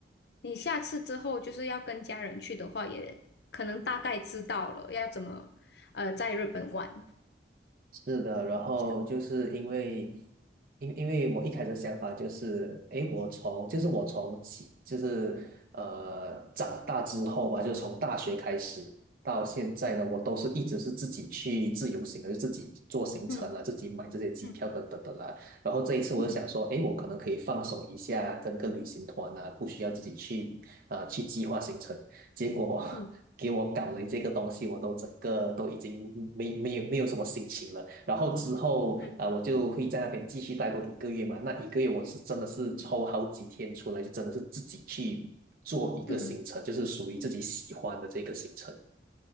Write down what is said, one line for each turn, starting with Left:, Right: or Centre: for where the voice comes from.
Left: 你下次之后就是要跟家人去的话，也可能大概知道了要怎么呃在日本玩。
Right: 是的，然后就是因为，
Left: 是，
Right: 因因为我一开始的想法就是，诶，我从就是我从起就是呃长大之后吧，就是从大学开始到现在呢，我都是一直是自己去自由行的，就自己做行程啊，
Left: 嗯
Right: 自己买这些机票等等的啦。
Left: 嗯
Right: 然后这一次我就想说，
Left: 嗯
Right: 诶，我可能可以放松一下，跟个旅行团啊，不需要自己去啊去计划行程结果
Left: 嗯
Right: 给我搞了这个东西，我都整个都已经没没有没有什么心情了。然后之后啊、
Left: 嗯
Right: 呃我就会在那边继续待多一个月嘛。那一个月我是真的是抽好几天出来，
Left: 嗯。
Right: 就真的是自己去做一个行程，
Left: 嗯
Right: 就是属于自己喜欢的这个行程。